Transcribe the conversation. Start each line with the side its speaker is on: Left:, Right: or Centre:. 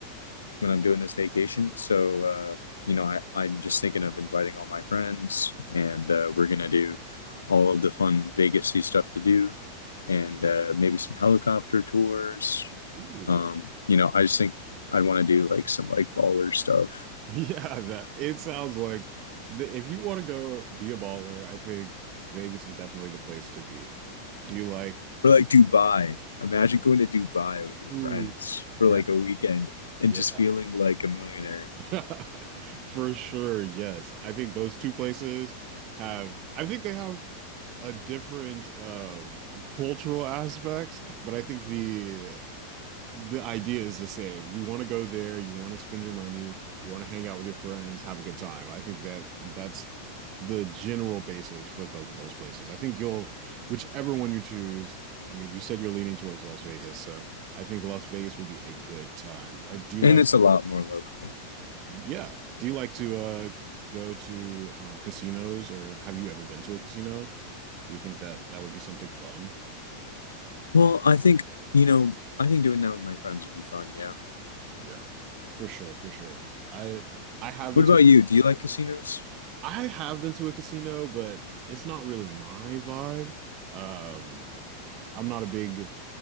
Left: when I'm doing this vacation. So uh you know I I'm just thinking of inviting all my friends and uh we're gonna do all of the fun Vegasy stuff to do and uh maybe some helicopter tours.
Right: Ooh.
Left: Um you know I just think I'd want to do like some like baller stuff
Right: <laughs> Yeah, that it sounds like the, if you want to go be a baller, I think Vegas is definitely the place to be. Do you like
Left: or like
Right: do
Left: Dubai. Imagine going to Dubai with your
Right: Ooh,
Left: friends
Right: yeah,
Left: for like a weekend and
Right: yeah,
Left: just feeling like a millionaire.
Right: <laughs> for sure. Yes, I think those two places have. I think they have a different uh, cultural aspects, but I think the the idea is the same. You want to go there, you want to spend your money, you want to hang out with your friends, have a good time. I think that that's the general basis for both of those places. I think you'll, whichever one you choose. I mean, you said you're leaning towards Las Vegas, so. I think Las Vegas will be a good time. I do
Left: And
Right: like
Left: it's a lot more local.
Right: Yeah. Do you like to uh go to um casinos or have you ever been to a casino? Do you think that that would be something fun?
Left: Well, I think, you know, I think doing that with my friends would be fun, yeah.
Right: Yeah. For sure, for sure. I I have been
Left: What about
Right: to
Left: you? Do you like casinos?
Right: I have been to a casino, but it's not really my vibe. Um I'm not a big